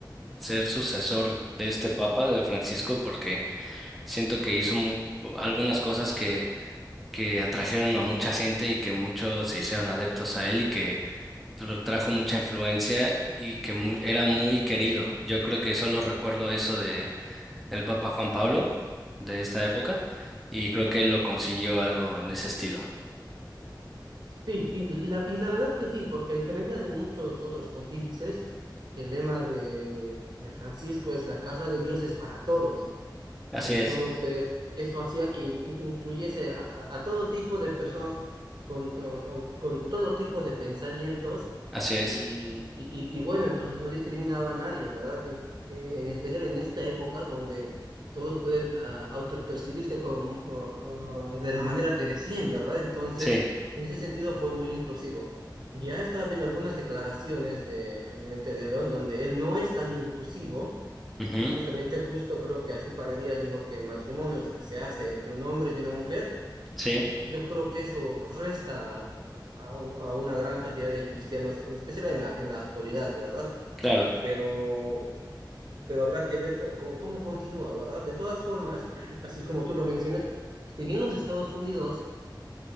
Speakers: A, in the centre; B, on the right.
A: ser sucesor de este Papa, de Francisco, porque siento que hizo mu- algunas cosas que, que atrajeron a mucha gente y que muchos se hicieron adeptos a él y que tra- trajo mucha influencia y que mu- era muy querido. Yo creo que solo recuerdo eso de, del Papa Juan Pablo de esta época y creo que él lo consiguió algo en ese estilo.
B: Sí, sí, la- y la verdad que sí, porque a diferencia de muchos otros pontífices, el lema de, de Francisco es la casa de Dios es para todos.
A: Así
B: Entonces,
A: es,
B: eso hacía que in- in- incluyese a, a- a todo tipo de personas con, eh, con todo tipo de pensamientos
A: así es.
B: y, y- y- y bueno, entonces no discriminaba a nadie, ¿verdad? En, eh, en especial en esta época donde todos pueden ah, autopercibirse como, ah, ah, de la manera que deseen, ¿verdad? Entonces,
A: Sí,
B: en ese sentido fue muy inclusivo. Ya estaba viendo algunas declaraciones de, precisamente de León, donde él no es tan inclusivo
A: ujú,
B: y justamente justo creo que hace un par de días dijo que el matrimonio se hace entre un hombre y una mujer.
A: Sí,
B: Yo creo que eso resta a, u- a una gran cantidad de cristianos, en especial en la, en la actualidad, ¿verdad?
A: claro,
B: Pero, pero habrá que ver eh, cómo, cómo continúa, ¿verdad? De todas formas, <clears throat> así como tú lo mencionas, si bien los Estados Unidos